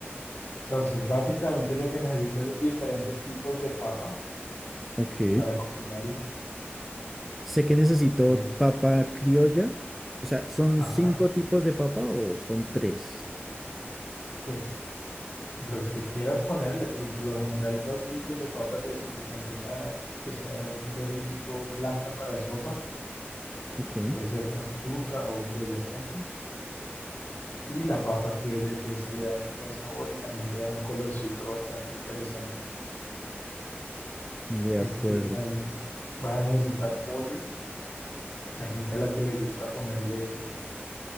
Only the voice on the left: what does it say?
Entonces, básicamente lo que necesitas es diferentes tipos de papa.
para cocinarlo.
Eh,
ajá,
pues los que quieras ponerle, pero por lo general dos tipos de papas ya es suficiente. Una que sea de ese tipo blanca para sopa,
que puede ser pastusa o boyacense, y la papa criolla que esa le da muy buen sabor y también le da un colorcito bastante interesante.
Este,
también vas a necesitar pollo. Hay gente a la que le gusta ponerle